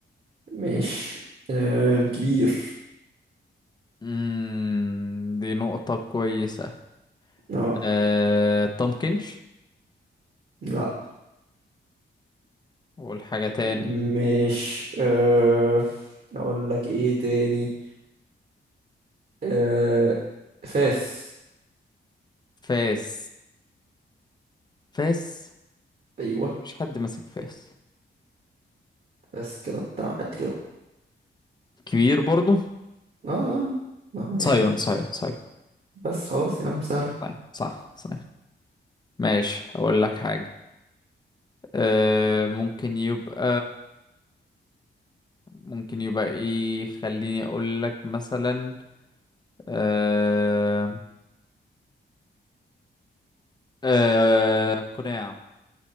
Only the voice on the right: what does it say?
مش أم، كبير
اه
لا
مش أه، اقول لك ايه تاني أه، فاس
ايوه
بس كده بتاع قد كده اهو.
اه اه ما هو يعني
بس خلاص يا عم سهل